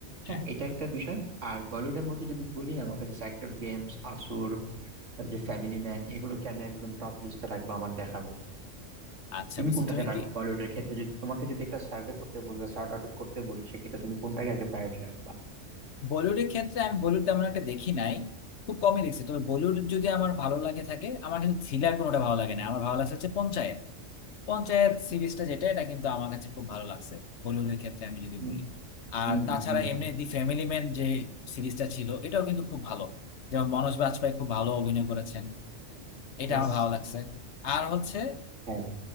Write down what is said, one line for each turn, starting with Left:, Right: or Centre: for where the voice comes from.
Right: হ্যাঁ
Left: হ্যাঁ
Right: এটা একটা বিষয় আর বলিউডের মধ্যে যদি বলি আমার কাছে স্যাক্রেড গেমস আসুর তারপর যে ফ্যামিলি ম্যান এগুলোকে আমি একদম টপ লিস্টে রাখবো আমার দেখার মধ্যে
Left: আচ্ছা
Right: তুমি
Left: বুঝছো
Right: কোনটাকে
Left: তুমি
Right: রাখবে
Left: কি
Right: বলিউডের ক্ষেত্রে যদি তোমাকে যদি একটা সার্ভে করতে বলি বা সর্ট আউট করতে বলি সেক্ষেত্রে তুমি কোনটাকে আগে প্রায়োরিটি রাখবা
Left: বলিউডের ক্ষেত্রে আমি বলিউড তেমন একটা দেখি নাই খুব কমই দেখছি তবে বলিউড যদি আমার ভালো লাগে থাকে আমার কিন্তু থ্রিলার কোনোটা ভালো লাগে না আমার ভালো লাগছে হচ্ছে পঞ্চায়েত পঞ্চায়েত সিরিজটা যেটা এটা কিন্তু আমার কাছে খুব ভালো লাগছে বলিউডের ক্ষেত্রে আমি যদি
Right: হুম
Left: বলি আর
Right: হুম
Left: তাছাড়া
Right: হুম
Left: এমনি দি ফ্যামিলি ম্যান যে সিরিজটা ছিল এটাও কিন্তু খুব ভালো যেমন মনোজ বাজপেয়ী খুব ভালো অভিনয় করেছেন এটা
Right: ইয়েস
Left: আমার ভালো লাগছে আর হচ্ছে
Right: হ্যাঁ